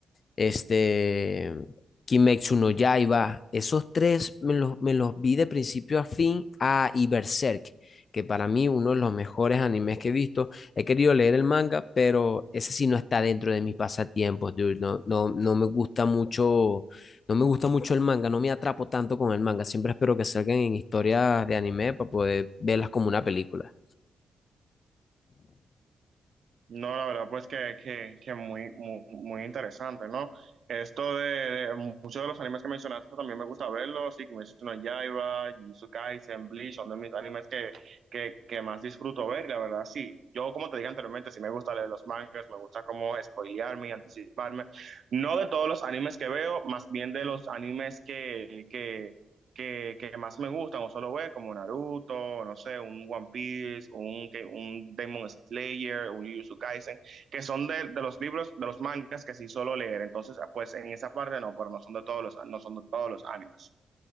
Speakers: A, on the left; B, on the right.
A: este, Kimetsu no Yaiba, esos tres me los, me los vi de principio a fin, a y Berserk, que para mí uno de los mejores animes que he visto. He querido leer el manga, pero ese sí no está dentro de mis pasatiempos, dude. No, no, no me gusta mucho, no me gusta mucho el manga, no me atrapo tanto con el manga. Siempre espero que salgan en historias de anime para poder verlas como una película.
B: No, la verdad, pues que, que, que muy, muy, muy interesante, ¿no? Esto de, de muchos de los animes que mencionaste también me gusta verlos, sí, que menciono Yaiba, Jujutsu Kaisen, Bleach, son de mis animes que, que, que más disfruto ver, y la verdad, sí. Yo, como te dije anteriormente, sí me gusta leer los mangas, me gusta como spoilearme y anticiparme. No de todos los animes que veo, más bien de los animes que, que, que, que más me gustan o solo ver, como Naruto, no sé, un One Piece, un, que- un Demon Slayer, un Jujutsu Kaisen, que son de, de los libros, de los mangas que sí solo leer. Entonces, pues en esa parte no, pero no son de todos los, no son de todos los animes.